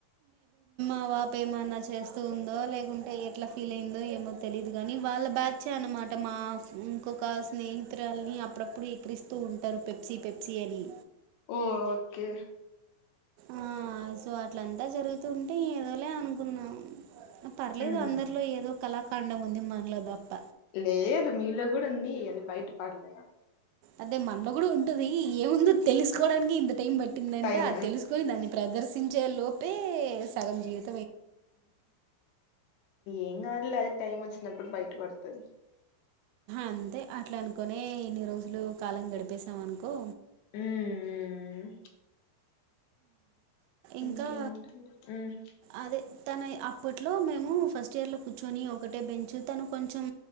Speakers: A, on the right (about 90°); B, on the left (about 75°).
A: ఆ పాప ఏమన్నా చేస్తూ ఉందో లేకుంటే ఎట్లా ఫీల్ అయిందో ఏమో తెలియదుగాని వాళ్ళ బ్యాచ్ అయినే మా అమాట మా ఇంకొక స్నేహితురాలన్నీ అప్పుడప్పుడు ఎక్కిరిస్తూ ఉంటారు పెప్సీ పెప్సీ అని
B: ఓ ఓకే
A: ఆ సో అట్లంతా జరుగుతుంటే ఏదోలే అనుకున్నాం పర్లేదు
B: ఉమ్
A: అందరిలో ఏదో కళాకాండం ఉంది మనలోదప్ప
B: లేదు మీలో కూడా ఉంది అది బయట పడలేదం
A: అదే మనలో కూడా ఉంటది ఏముందో తెలుసుకోవడానికి ఇంత టైం బట్ పట్టిందంటే
B: టైం
A: అది తెలుసుకొని దాన్ని ప్రదర్శించే లోపే సగం జీవిత
B: ఏం కాదులే అదే టైం వచ్చినప్పుడు బయట పడుతది
A: అంతే అట్లానుకోనే ఇన్ని రోజులు కాలం గడిపేసాం అనుకో
B: హ్మ్మ్ హ్మ్మ్
A: ఇంకా
B: ఇంకేంటండి మ్
A: అదే తన అప్పట్లో మేము ఫస్ట్ ఇయర్ లో కూర్చొని ఒకటే బెంచ్ తను కొంచెం